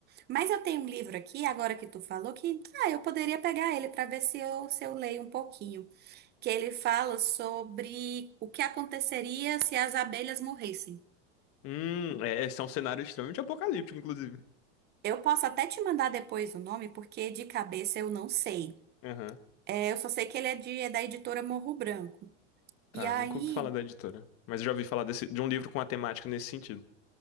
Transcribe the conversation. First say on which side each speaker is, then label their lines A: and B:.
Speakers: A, on the right (about 30°); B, on the left (about 40°).
A: Mas eu tenho um livro aqui, agora que tu falou, que ah, eu poderia pegar ele para ver se eu, se eu leio um pouquinho. Que ele fala sobre o que aconteceria se as abelhas morressem.
B: Hum, é, esse é um cenário extremamente apocalíptico, inclusive.
A: Eu posso até te mandar depois o nome, porque de cabeça eu não sei.
B: Aham.
A: É, eu só sei que ele é, de, é da editora Morro Branco.
B: Tá,
A: E aí,
B: nunca ouvi falar da editora. Mas eu já ouvi falar desse, de um livro com a temática nesse sentido.